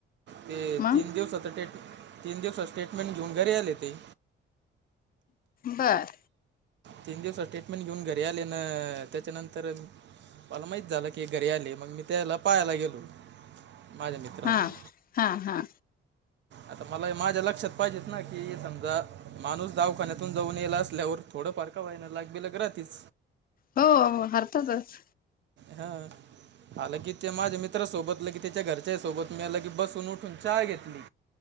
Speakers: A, on the right; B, on the left.
A: ते
B: मग
A: तीन दिवसाच टेट तीन दिवसाच स्टेटमेंट घेऊन घरी आले ते.
B: बर.
A: तीन दिवसाचं ट्रीटमेंट घेऊन घरी आले ‌ना त्याच्यानंतर मला माहीत झालं की घरी आले ‌मग मी त्याला ‌पायाला गेलो. माझ्या मित्राला
B: हा हा हा.
A: आता मला माझ्या लक्षात पाहिजेत ना, की समजा माणूस‌ दवाखान्यातून जाऊन ये ल असल्यावर थोडं फार व्हय ना‌लाग बिलग रातीच.
B: हो हो हरतातच.
A: हा. आलं की ते माझ्या मित्रा सोबत लगी त्याच्या घरच्या सोबत‌ मया लगी बसून उठून ‌ चाहा घेतली‌.